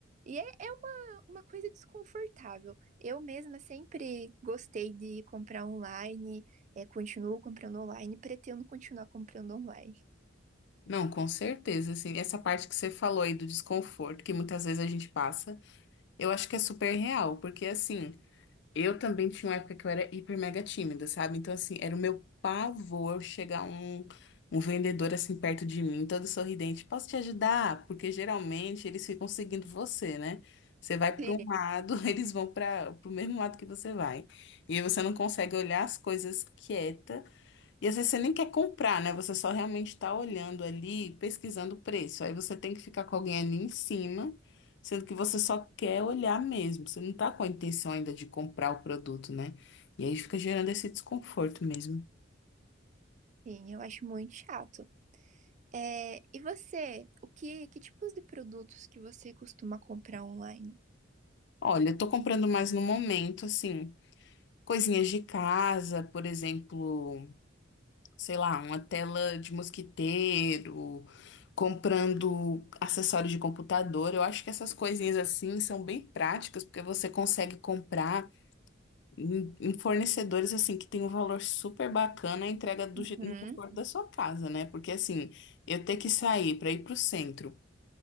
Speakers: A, on the right (about 40°); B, on the left (about 60°).
A: E é, é uma, uma coisa desconfortável. Eu mesma sempre gostei de comprar online, é, continuo comprando online, pretendo continuar comprando online.
B: Não, com certeza, assim, essa parte que você falou aí do desconforto, que muitas vezes a gente passa, eu acho que é super real, porque assim, Eu também tinha uma época que eu era hiper mega tímida, sabe? Então, assim, era o meu pavor chegar um, um vendedor assim perto de mim, todo sorridente. Posso te ajudar? Porque geralmente eles ficam seguindo você, né? Você vai para
A: Sim,
B: um lado, <laughs> eles vão para o mesmo lado que você vai. E aí você não consegue olhar as coisas quieta e às vezes você nem quer comprar, né? Você só realmente está olhando ali, pesquisando o preço. Aí você tem que ficar com alguém ali em cima, sendo que você só quer olhar mesmo. Você não está com a intenção ainda de comprar o produto, né? E aí fica gerando esse desconforto mesmo.
A: sim, eu acho muito chato. É, e você, o que, que tipos de produtos que você costuma comprar online?
B: Olha, eu tô comprando mais no momento, assim, coisinhas de casa, por exemplo. sei lá, uma tela de mosquiteiro, comprando acessórios de computador. Eu acho que essas coisinhas assim são bem práticas, porque você consegue comprar em, em fornecedores assim que tem um valor super bacana a entrega do,
A: Uhum.
B: je- no conforto da sua casa, né? Porque assim, eu ter que sair para ir pro centro.